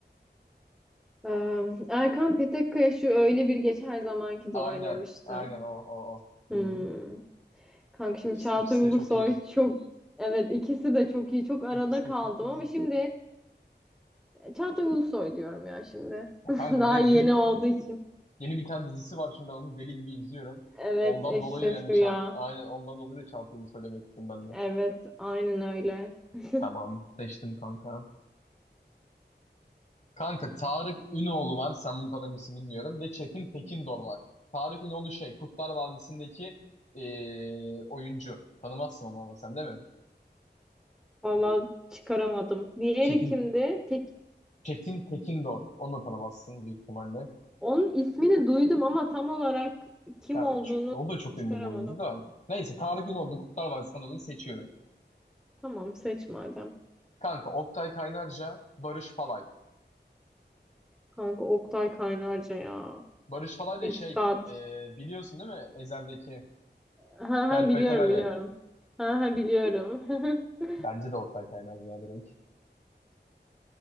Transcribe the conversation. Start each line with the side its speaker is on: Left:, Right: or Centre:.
Centre: Ee, Erkan Petekkaya şu Öyle Bir Gece Her Zamanki
Left: Aynen,
Centre: de oynamıştı.
Left: aynen o, o, o.
Centre: Hmm.
Left: Hı hı.
Centre: Kanka şimdi
Left: İkisi,
Centre: Çağatay
Left: ikisi
Centre: Ulusoy
Left: de çok iyi.
Centre: çok evet ikisi de çok iyi. Çok arada
Left: İkisi
Centre: kaldım
Left: de çok iyi.
Centre: ama şimdi Çağatay Ulusoy diyorum ya şimdi.
Left: Ya
Centre: <laughs>
Left: kanka
Centre: Daha
Left: bir de yeni
Centre: yeni
Left: bir
Centre: olduğu için.
Left: yeni bir tane dizisi var şimdi ben onu deli gibi izliyorum.
Centre: Evet,
Left: Ondan
Centre: Eşref
Left: dolayı da yani
Centre: Rüya.
Left: Çağatay, aynen ondan dolayı da Çağatay Ulusoy demek istedim ben de.
Centre: Evet, aynen öyle. <laughs>
Left: Tamam, seçtim kanka. Kanka Tarık Ünoğlu var. Sen bunu tanır mısın bilmiyorum. Bir de Çetin Tekindor var. Tarık Ünoğlu şey Kurtlar Vadisi'ndeki eee, oyuncu. Tanımazsın onu ama sen değil mi?
Centre: Vallahi çıkaramadım. Diğeri
Left: Çetin.
Centre: kimdi? Tek
Left: Çetin Tekindor. Onu da tanımazsın büyük ihtimalle.
Centre: onun ismini duydum ama tam olarak kim
Left: Ya, ç-
Centre: olduğunu
Left: o da çok ünlü
Centre: çıkaramadım.
Left: bir oyuncu da. Neyse Tarık Ünoğlu Kurtlar Vadisi'nden dolayı seçiyorum.
Centre: Tamam, seç madem.
Left: Kanka Oktay Kaynarca, Barış Falay.
Centre: Kanka Oktay Kaynarca ya.
Left: Barış Falay da
Centre: Üstad.
Left: şey eee, biliyorsun değil mi? Ezel'deki
Centre: Ha
Left: Kerpeten
Centre: ha biliyorum
Left: Ali.
Centre: biliyorum. Ha ha biliyorum. <laughs>
Left: Bence de Oktay Kaynarca ya direkt.